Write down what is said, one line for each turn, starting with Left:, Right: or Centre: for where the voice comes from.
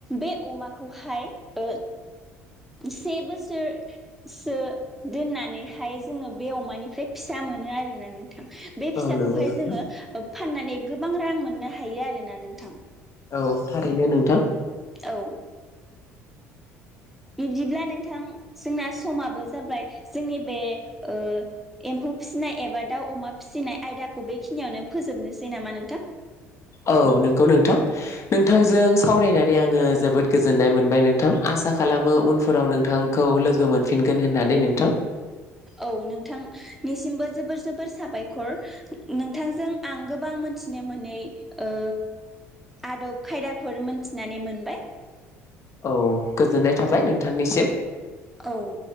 Centre: बे अमाखौहाय ओ से बोसोर सो दोननानैहाय जोङो बे अमानिफ्राय फिसा मोनो आरोना नों थां बे
Left: औ
Centre: फिसाखौहाय
Left: नंगौ नोंथां
Centre: जोङो ओब फाननानै गोबां रां मोननो हायो आरोना नोंथां
Left: औ औ थारैनो नोंथां
Centre: औ बिब्दिब्ला नोंथां जोंना समाबो जाबाय जोंनि बे ओ एम्फौ फिसिनाय एबा दाउ अमा फिसिनाय आयदाखौ बेखिनियावनो फोजोबनोसै नामा नोंथां
Left: औ नंगौ नोंथां नोंथांजों
Centre: औ
Left: सावरायना नै आङो जोबोद गोजोननाय मोनबाय नोंथां आसा खालामो उनफोराव नोंथांखौ लोगो मोनफिनगोन होननानै नोंथां
Centre: औ नोंथांनिसिमबो जोबोर जोबोर साबायखर नोंथांजों आं गोबां मोनथिनो मोनै ओ आदब खायदाफोर मोनथिनानै मोनबाय
Left: औ गोजोननाय थाबाय
Centre: औ
Left: नोंथांनिसिम
Centre: औ